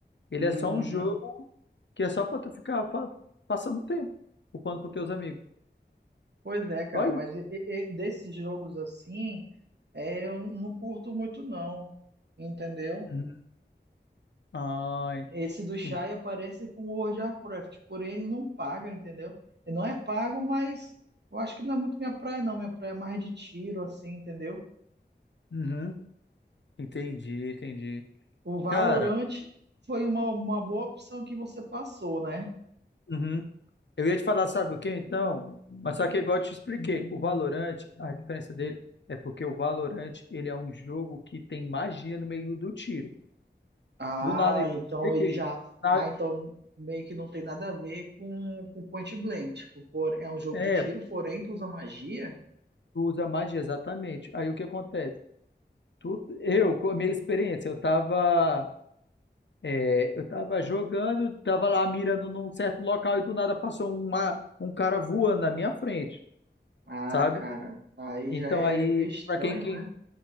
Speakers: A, on the left; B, on the right.
A: Ele
B: Uhum.
A: é só um jogo que é só pra tu ficar fa- passando tempo, upando com teus amigos.
B: Pois é, cara,
A: Só isso.
B: mas e- e- e desses jogos assim, É, eu não curto muito não, entendeu?
A: Uhum. Ai,
B: Esse do Shai
A: en-
B: aparece com o World of Warcraft, porém ele não paga, entendeu? Ele não é pago, mas eu acho que não é muito minha praia não, minha praia é mais de tiro, assim, entendeu?
A: uhum. Entendi, entendi.
B: O Valorant
A: Cara,
B: foi uma, uma boa opção que você passou, né?
A: uhum. Eu ia te falar, sabe o que então? Mas só que igual eu te expliquei, o Valorant, a diferença dele é porque o Valorant, ele é um jogo que tem magia no meio do tiro.
B: Ah,
A: Do nada, igual
B: então
A: eu te expliquei.
B: ele já...
A: Na-
B: Ah, então meio que não tem nada a ver com, com Point Blank, tipo, por... é um jogo
A: é,
B: de tiro, porém tu usa magia?
A: tu usa magia, exatamente. Aí o que acontece? Tu, eu, com a minha experiência, eu tava, é, eu tava jogando, tava lá mirando num certo local e do nada passou uma, um cara voando na minha frente.
B: Ah,
A: sabe?
B: cara, aí
A: Então
B: já é
A: aí,
B: meio estranho,
A: para quem, quem.
B: né?